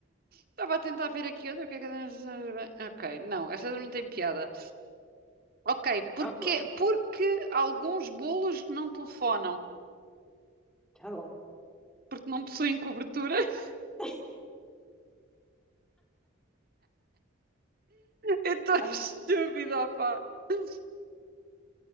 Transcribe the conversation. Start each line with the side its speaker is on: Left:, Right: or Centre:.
Right: Estava a tentar ver aqui outra. o que é que- eu- Ok, não, esta não tem piada. Ok, porque,
Centre: Ah, pá,
Right: porque alguns bolos não telefonam?
Centre: tá bom.
Right: Porque não possuem cobertura? <laughs>
Centre: <laughs>
Right: É tão estúpido,
Centre: Ai.
Right: opá. <laughs>